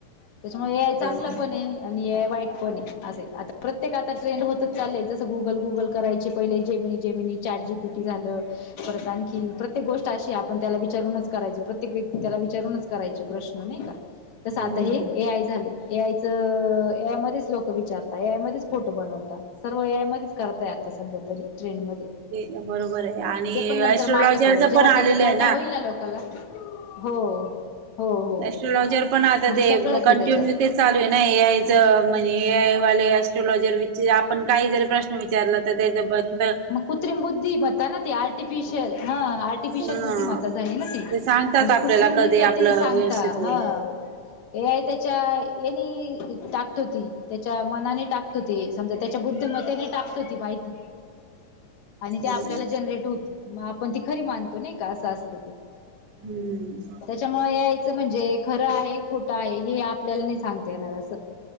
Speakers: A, on the left; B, on the right.
A: त्याच्यामुळेय चांगलं
B: बरोबर
A: पण हे आणि वाईट पण अस प्रत्येक आता ट्रेंड होतच चालय जे गुगल, गुगल करायचे पहिले जेमिनी जेमिनी चाट जी पीटी झालं परत आणखी प्रत प्रत्येक गोष्ट अशी आहे. आपण त्याला विचारूनच करायचं प्रत्येक व्यक्ती त्याला विचारूनच. करायची प्रश्न नाही का? तस
B: हम्म
A: आता हे
B: हम्म
A: ए आय झाले. ए आय चं ए आय मध्येच लोक विचारताय मध्येच फोटो बनवतााय सर्व ए आय मध्येच करताय आता सध्या तरी ट्रेंड मध्ये
B: ते बरोबर आहे आणि
A: ते पण नंतर
B: एस्ट्रोलॉजरच
A: मागे. पडल जेव्हा
B: पण आलेलं
A: त्याचा तोटा
B: आहे
A: होईल ना, लोकांना हो हो हो
B: एस्ट्रलॉजीर पण आता
A: म्हणजे
B: ते
A: सगळंच
B: म कंटिन्यू
A: आहे त्याच्यात
B: ते चालू आहे ना, ए आयच म्हणजे ए आय वाले अस्ट्रोलॉजर आपण काही जरी प्रश्न विचारला तर त्याच्या पण
A: मग कुत्रिम बुद्धिमता आर्टिफिशियल हा. आर्टिफिशियल
B: हा
A: बुद्धिमत्ता झाली ना ती
B: ते सांगतात
A: म्हणजे
B: आपल्याला
A: कृत्रिमृत्या
B: कधी आपलं
A: ते सांगता
B: व्यवस्थित होईल.
A: ह, ए आय त्याचा ह्यांनी टाकतो ती त्याच्या मनाने टाकतो. ते समजा त्याच्या बुद्धमत्तेने टाकतो ती माहिती. आणि ते
B: बरोबर.
A: आपल्याला जनरेट होत आपण ती खरी मानतो. नाही का असं असतं ते
B: हम्म.
A: त्याच्यामुळे ए आयचं म्हणजे खरं आहे खोटं आहे हे आपल्याला नाही सांगता येणार असं